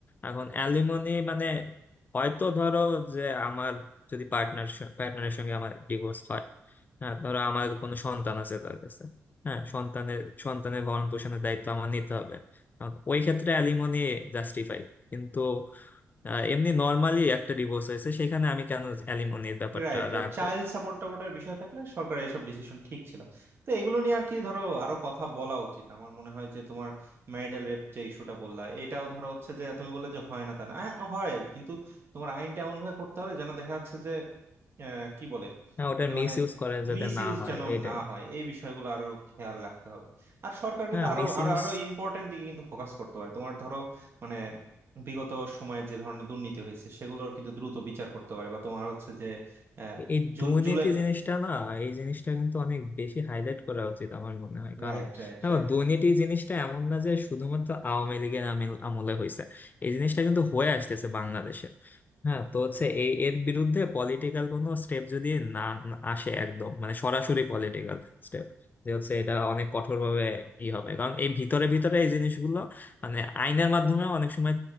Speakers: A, on the left; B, on the right.
A: এখন অ্যালিমনি মানে হয়তো ধরো যে আমার যদি পার্টনার পার্টনারের সঙ্গে আমার ডিভোর্স হয় হ্যাঁ ধরো আমার কোনো সন্তান আছে তার কাছে হ্যাঁ সন্তানের সন্তানের ভরণ পোষণের দায়িত্ব আমার নিতে হবে কারণ ওই ক্ষেত্রে অ্যালিমনি জাস্টিফাইড কিন্তু আহ, এমনি নর্মালি একটা ডিভোর্স হয়েছে সেখানে আমি কেন অ্যালিমনির ব্যাপারটা
B: Right right
A: রাখবো
B: child support টাপোর্টের বিষয় থাকলে সরকারের এসব ডিসিশন ঠিক ছিল তো এগুলো নিয়ে আর কি ধরো আরো কথা বলা উচিত আমার মনে হয় যে তোমার ম্যারিটাল রেপ যে ইস্যুটা বললা এটাও ধরো হচ্ছে যে তুমি বললে যে হয় না তা না আ- হয় কিন্তু তোমার আইনটা এমন ভাবে করতে হবে যেন দেখা যাচ্ছে যে আহ, কি বলে
A: হ্যাঁ ওটার
B: যে
A: মিস
B: মানে
A: ইউজ করা যাতে
B: মিস
A: না
B: ইউজ
A: হয়
B: যেন
A: এটাই
B: না হয় এই বিষয়গুলো আরো খেয়াল রাখতে হবে আর সরকার কিন্তু
A: হ্যাঁ
B: আরো
A: মিস
B: আরো
A: ইউজ
B: আরো ইম্পর্টেন্ট দিকে কিন্তু ফোকাস করতে পারে তোমার ধরো মানে বিগত সময়ে যে ধরনের দুর্নীতি হয়েছে সেগুলোর কিন্তু দ্রুত বিচার করতে পারে বা তোমার হচ্ছে যে আহ,
A: এই
B: জুল-
A: দুর্নীতি
B: জুলাই
A: জিনিসটা না এই জিনিসটা কিন্তু অনেক বেশি হাইলাইট করা উচিত আমার মনে হয় কারণ
B: Right right
A: দেখো
B: right
A: দুর্নীতি জিনিসটা এমন না যে শুধুমাত্র আওয়ামী লীগের আমিল- আমলে হয়েছে এই জিনিসটা কিন্তু হয়ে আসতেছে বাংলাদেশে হ্যাঁ তো হচ্ছে এই এর বিরুদ্ধে পলিটিক্যাল কোনো স্টেপ যদি না না আসে একদম মানে সরাসরি পলিটিক্যাল স্টেপ যে হচ্ছে এটা অনেক কঠোর ভাবে ই হবে কারণ এই ভিতরে ভিতরে এই জিনিসগুলো মানে আইনের মাধ্যমে অনেক সময়